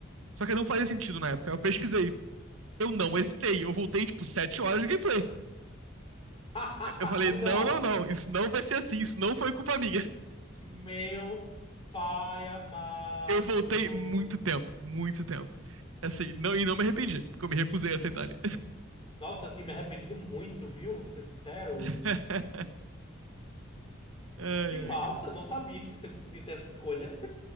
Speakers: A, on the right; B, on the left.
A: só que não fazia sentido na época. Aí Eu pesquisei. Eu não hesitei, eu voltei, tipo, sete horas de gameplay.
B: <laughs>
A: Eu falei, não,
B: Não.
A: não, não, isso não vai ser assim, isso não foi culpa minha.
B: Meu pai amado.
A: Eu voltei muito tempo, muito tempo. Assim, não, e não me arrependi, porque eu me recusei a aceitar ali.
B: Nossa, eu tinha me arrependido muito, viu? Ser sincero.
A: <laughs> Ai,
B: Que
A: ai,
B: massa,
A: cara.
B: eu não sabia que você podia ter essa escolha.